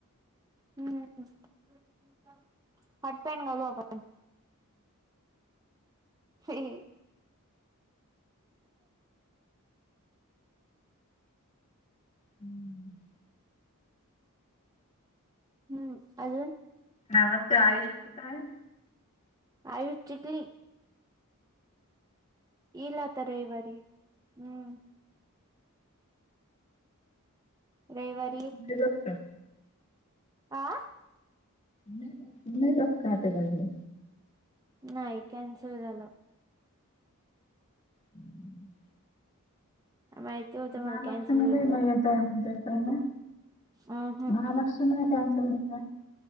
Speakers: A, on the right; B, on the left.
A: हंम्म हं म ते हाफ पॅन्ट घालू आपण. हे हे.
B: हम्म.
A: हम्म अजून.
B: हा मग ते आयुष कुठंय?
A: आयुष चिकली. इल आता रविवारी हम्म. रविवार.
B: माहित असतयं.
A: आं.
B: नाही जात नाही जात का त्यज्याकडं.
A: नाही कॅन्सल झालं.
B: हम्म.
A: माहिती होतं
B: महालक्ष्मीला
A: मला कॅन्सल होईल
B: येना
A: म्हणून.
B: ये. पेमेंट जाताना
A: अं हं
B: माझा लक्ष नाही कॅन्सल झाला.